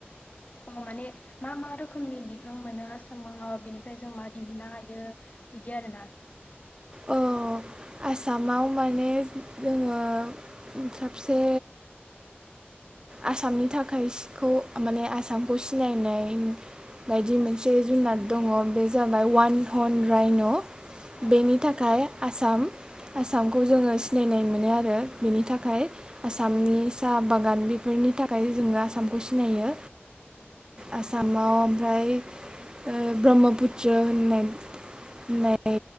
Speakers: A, on the left (about 35°); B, on the right (about 20°).
A: अ माने मा मा रोखोमनि बिफां मोनो आसामाव बिनिफ्राय जों मा दिहुननो हायो बिदि आरो ना
B: अ आसामाव माने जोङो साबसे आसामनि थाखायखौ माने आसामखौ सिनायनाय बायदि मोन मोनसे जुनार
A: उम।
B: दङ बे जाबाय वान हन राइन'
A: अ
B: बेनि थाखाय आसाम आसामखौ जोङो सिनायनाय मोनो आरो बिनि थाखाय
A: अ
B: आसामनि साहा बागान बेफोरनि थाखाय जोङो आसामखौ सिनायो आसामाव ओ ओमफ्राय ओ ब्रह्मपुत्र होननाय होननाय